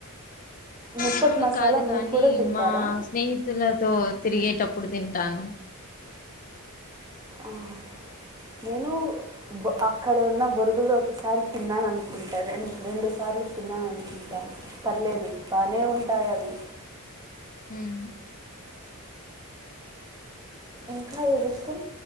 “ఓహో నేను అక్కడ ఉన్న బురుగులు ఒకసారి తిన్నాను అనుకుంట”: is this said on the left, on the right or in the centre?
Right